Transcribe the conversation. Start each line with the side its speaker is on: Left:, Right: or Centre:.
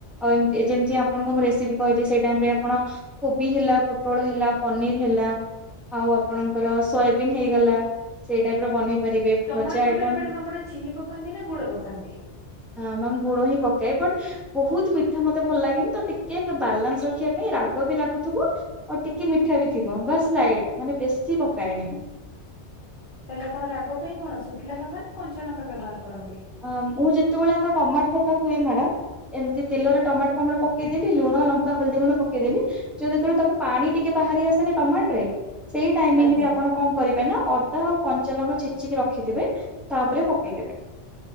Centre: ଆଉ ଏମ ଯେମତି ଆପଣଙ୍କଁ ରେସିପି କହିଲି ସେଇ ଟାଇମ ରେ ଆପଣ କୋବି ହେଲା ପୋଟଳ ହେଲା ପନିର ହେଲା। ଆଉ ଆପଣଙ୍କର ସୋୟାବିନ୍ ହେଇଗଲା ସେଇ ଟାଇପ ର ବନେଇ ପାରିବେ
Left: ଟମାଟ
Centre: ଭଜା
Left: ଖଟାରେ
Centre: ଆଇଟମ
Left: ମାଡାମ୍ ଆପଣ ଚିନି ପକାନ୍ତି ନା ଗୁଡ଼ ପକାନ୍ତି?
Centre: ହଁ ମ୍ୟାମ୍ ଗୁଡ ହିଁ ପକାଏ ବଟ ବହୁତ ମିଠା ମତେ ଭଲ ଲାଗେନି ତ ଟିକେ ବାଲାନ୍ସ ରଖିବା ପାଇଁ ରାଗ ବି ଲାଗୁଥିବ। ଆଉ ଟିକେ ମିଠା ବି ଥିବ ବାସ୍ ସ୍ଲାଏଡ଼ ମାନେ ବେଶୀ ପକାଏନି ମୁଁ।
Left: ତାହେଲେ ଆପଣ ରାଗ ପାଇଁ କଣ ଶୁଖିଲା ଲଙ୍କା ନା କଞ୍ଚା ଲଙ୍କା ବ୍ୟବହାର କରନ୍ତି।
Centre: ଆଁ ମୁଁ ଯେତବଳେ ଆମର ଟମାଟ ଖଟା ହୁଏ ମାଡାମ। ଏମତି ତେଲରେ ଟମାଟ ଫମାଟ ପକେଇଦେଲି ଲୁଣ ଲଙ୍କା ହଳଦୀ ଗୁଣ୍ଡ ପକେଇଦେଲି। ଯଉ ଯେତବଳେ ତାକୁ ପାଣି ଟିକେ ବାହାରି ଆସେନା ଟମାଟ ରେ ସେଇ ଟାଇମିଙ୍ଗ
Left: ଆଜ୍ଞା
Centre: ରେ ଆପଣ କଣ କରିବେ ନା ଅଦା ଆଉ କଞ୍ଚା ଲଙ୍କା ଛେଚିକି ରଖିଥିବେ ତା ଉପରେ ପକେଇଦବେ।